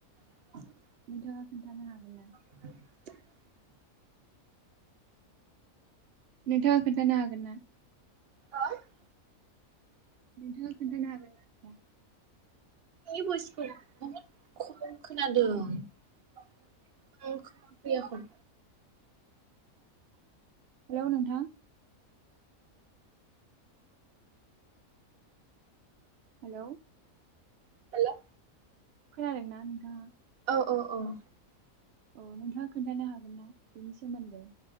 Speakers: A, on the right (about 50°); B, on the right (about 65°).
A: <inaudible>
B: नोंथाङा खोथानो खोन्थानो हागोन ना?
A: <inaudible>
B: नोंथाङा खोन्थानो हागोन ना?
A: नोंथांनि
B: नोंथाङा खोन्थानो हागोन ना होमबा?
A: भइसखौ बहुद खम खोनादों आं खोनफैयखौै
B: हेलौ नोंथां हेलौ
A: हेलौ
B: खोनादोंना नोंथाङा?
A: अह अह अह
B: अह नोंथाङा खोन्थानो हागोन ना बेनि सोमोन्दै?